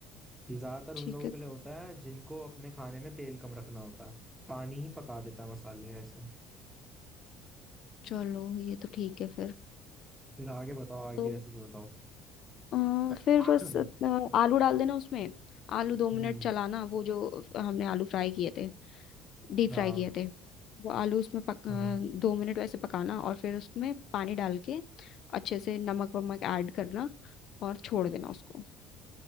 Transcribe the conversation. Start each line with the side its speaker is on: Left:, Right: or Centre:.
Centre: ये ज्यादातर
Left: ठीक
Centre: उन लोगों
Left: है
Centre: के लिए होता है जिनको अपने खाने में तेल कम रखना होता है पानी ही पका देता है मसाले ऐसे
Left: चलो ये तो ठीक है फिर
Centre: फिर आगे बताओ आगे
Left: तो
Centre: की रेसिपी बताओ
Left: अ,
Centre: <laughs>
Left: फिर बस अ, आलू डाल देना उसमें आलू दो मिनट
Centre: हम्म
Left: चलाना वो जो हमने आलू फ्राई किए थे डीप
Centre: हाँ
Left: फ्राई किए थे वो आलू उसमें पक,
Centre: हाँ
Left: अ, दो मिनट वैसे पकाना और फिर उसमें पानी डाल के अच्छे से नमक वमक ऐड करना और छोड़ देना उसको